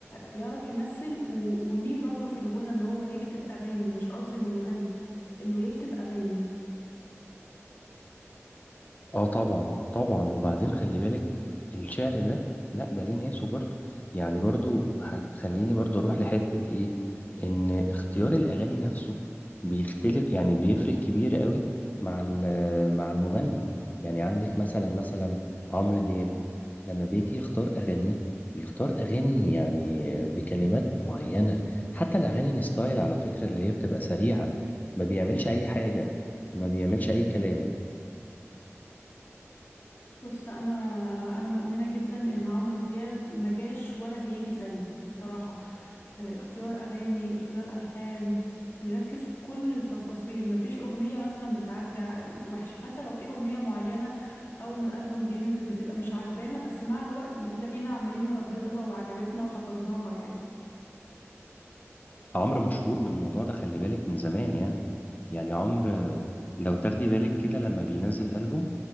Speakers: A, on the left; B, on the left.
A: بيعرف يمثل و... وليه برضو في الغنى ان هو يكتب اغاني مش قصدي انه يغني انه يكتب اغاني
B: اه طبعا طبعا وبعدين خلي بالك الشعر ده لا ده ليه ناسه برضه يعني برضه هتخليني برضه اروح لحتة ايه ان اختيار الاغاني نفسه بيختلف يعني بيفرق كبير قوي مع ال- مع المغني يعني عندك مثلا مثلا عمرو دياب لما بيجي يختار اغانيه بيختار اغاني يعني بكلمات معينة حتى الاغاني الستايل على فكرة اللي هي بتبقى سريعة ما بيعملش اي حاجة ما بيعملش اي كلام
A: بص انا انا مؤمنة جدا ان عمرو دياب ما جاش ولا هيجي زيه بصراحة آه، اختيار أغاني اختيار ألحان بيركز في كل التفاصيل مفيش أغنية مثلا بتعدي ع- وحشة حتى لو في أغنية معينة أول ما الألبوم بينزل بتبقى مش عجبانا بس مع الوقت بتلاقينا عمالين نرددها وعجبتنا وحفظناها يعني
B: عمرو مشهور بالموضوع ده خلي بالك من زمان يعني يعني عمرو آه، لو تاخدي بالك كده لما بينزل ألبوم